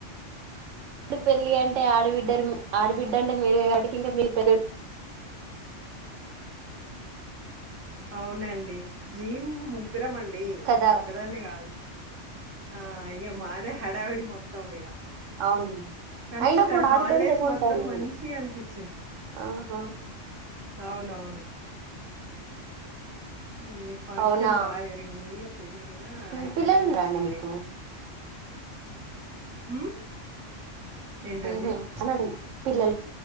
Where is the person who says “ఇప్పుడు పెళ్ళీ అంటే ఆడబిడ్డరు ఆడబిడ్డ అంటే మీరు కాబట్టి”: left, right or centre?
Right